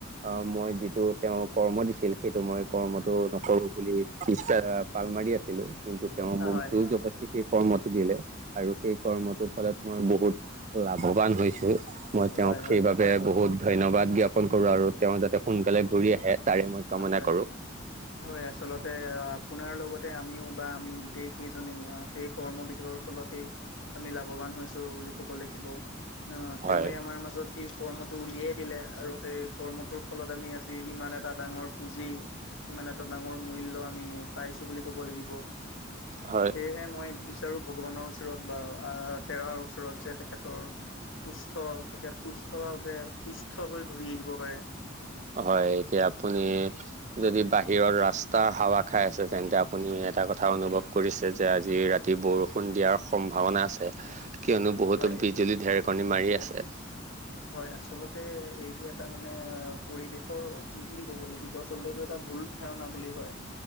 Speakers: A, on the right; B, on the left.
A: অহ মই যিটো তেওঁক কৰ্ম দিছিল সেইটো মই কৰ্মটো নকৰো বুলি পিচা পাল মাৰি আছিলো কিন্তু তেওঁৰ মখটো
B: হয়
A: জগত সেই কৰ্ম দিলে আৰু সেই কৰ্মটোৰ ফলত মই বহুত লাভৱান হৈছো, মই তেওঁক
B: হয়
A: সেইবাবে
B: হয়
A: বহুত ধন্যবাদ জ্ঞাপন কৰোঁ আৰু তেওঁ যাতে সোনকালে ঘূৰি আহে তাৰে মই কামনা
B: হয়
A: কৰো
B: হয় আচলতে আপোনাৰ লগত লগতে আমিও বা আমি গোটেইকেইজনেই সেই কৰ্মবিধৰ ফলতে আমি লাভৱান হৈছো বুলি ক'ব লাগিব। আহ তেওঁৱে
A: হয়
B: আমাৰ মাজত এই কৰ্মটো উলিয়াই দিলে আৰু সেই কৰ্মটোৰ ফলত আমি আজি ইমান এটা ডাঙৰ পুঁজি ইমান এটা ডাঙৰ মূল্য আমি পাইছো বুলি ক'ব লাগিব।
A: হয়
B: সেয়হে মই বিছ চাৰো ভগৱানৰ ওচৰত বা তেৰাৰ ওচৰত যে তেখেতৰ সুস্থ তেখেত সুস্থ সুস্থভাৱে সুস্থ হৈ ঘূৰি আহিব পাৰে।
A: হয় এতিয়া আপুনি যদি বাহিৰত ৰাস্তা হাৱা খাই আছে তেন্তে আপুনি এটা কথা অনুভৱ কৰিছে যে আজি ৰাতি বৰষুণ দিয়াৰ সম্ভাৱনা আছে কিয়নো বহুতো
B: হয়
A: বিজুলী ঢেৰকণী মাৰি আছে।
B: হয় আচলতে এইটো এটা মানে অ পৰিবেশৰ কি বুলি ক'ব লাগিব আচলতে এইটো এটা ভুল ধাৰণা বুলি হয়।